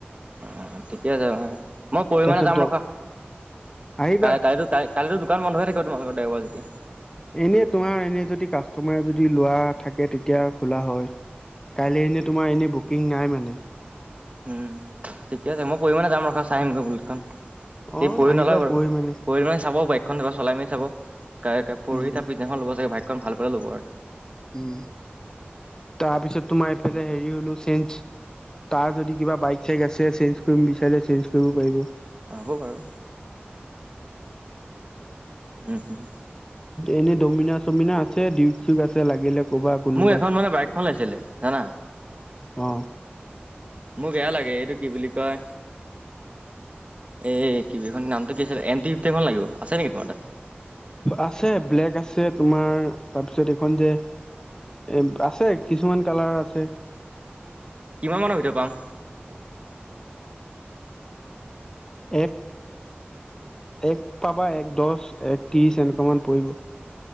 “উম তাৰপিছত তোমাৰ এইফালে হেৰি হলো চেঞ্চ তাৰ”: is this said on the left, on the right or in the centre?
Left